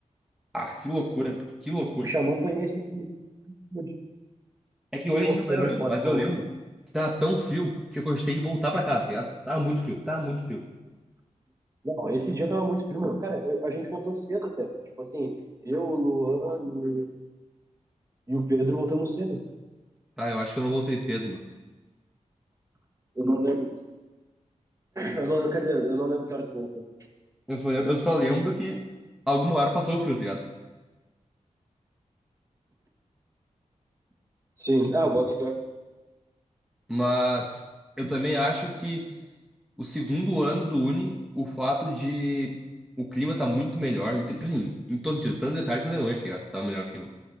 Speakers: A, in the centre; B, on the right.
A: Ah, que loucura, que loucura.
B: O Xamã foi nesse dia. no dia.
A: É que hoje
B: Pô,
A: a gente
B: foi
A: não lembra,
B: muito foda,
A: meu, mas
B: tá
A: eu
B: louco.
A: lembro que tava tão frio que eu gostei de voltar pra casa, tá ligado? Tava muito frio, tava muito frio.
B: Não, esse dia tava muito frio, mano. Cara, eu- a gente voltou cedo até. Tipo assim, eu, o Luan e, o- e o Pedro voltamos cedo.
A: Ah, eu acho que eu não voltei cedo, meu.
B: Eu não lembro. Eu não lembro, quer dizer, eu não lembro que hora tu voltou.
A: Eu só, eu só lembro que alguma hora passou o frio, tá ligado?
B: Sim. Ah, eu boto fé.
A: Mas eu também acho que o segundo ano do Uni, o fato de o clima tá muito melhor, liter- tipo assim, em todo sentido, tanto de tarde quanto de noite, tá ligado? Tá melhor o clima.